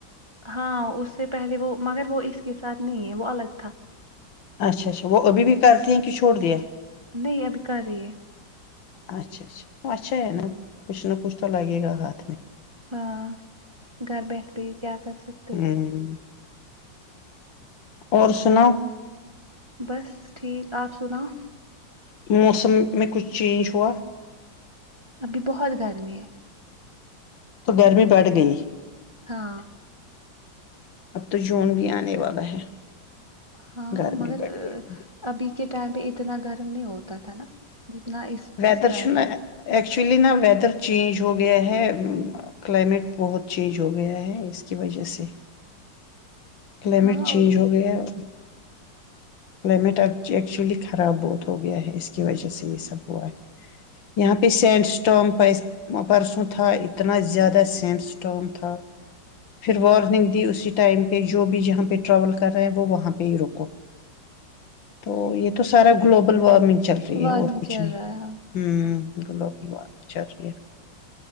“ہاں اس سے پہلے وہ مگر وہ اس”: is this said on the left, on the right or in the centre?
Right